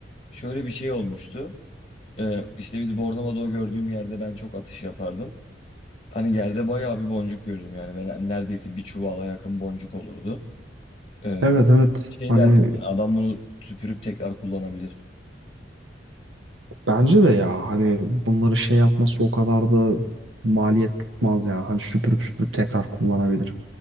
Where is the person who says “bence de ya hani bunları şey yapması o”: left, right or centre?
Right